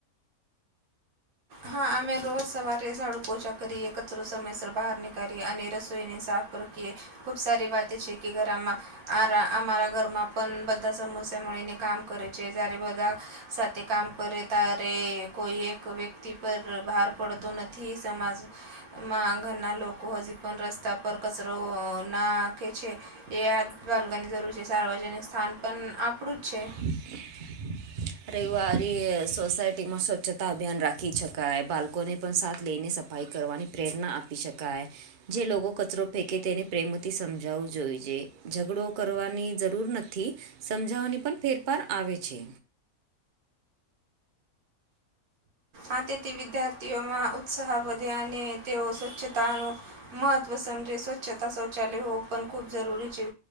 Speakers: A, on the right; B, on the right.
A: હા અમે રોજ સવારે ઝાડુ પોછા કરીએ કચરો સમયસર બહાર નીકળીએ અને રસોઈની સાફ <unintelligible> ખુબ સારી વાત છે કે ઘરમાં આરા અમારા ઘરમાં પણ બધા સમસ્યા એને કામ કરે છે જ્યારે બધા સાથે કામ કરે તારે કોઈ એક વ્યક્ તી પર બહાર પડતો નથી સમાજ મા ઘરના લોકો હજી પણ રસ્તા પર કચરો ના ખે છે એ આ દ્વાલગર ની જરૂર છે સાર્વજનિક સ્થાન પણ આપણું જ છે
B: <inaudible> રવિવારી સોસાયટી માં સ્વચ્છતા અભિયાન રાખી શકાય બાલકોને પણ સાથ લઈને સ સફાઈ કરવાની પ્રેરણા આપી શકાય જે લોકો કચરો ફેંકે તેને પ્રેમથી સમજાવવું જોઈએ ઝઘડો કરવાની જરૂર નથી સમજાવાની પણ ફેરફાર આવે છે
A: આ તેથી વિદ્યાર્થીઓમાં ઉત્સાહ વધ્યા અને તેઓ સ્વચ્છતાનું મહત્વ સમજે સ્વચ્છતા શૌચાલય હોવુ પણ ખૂબ જરૂરી છે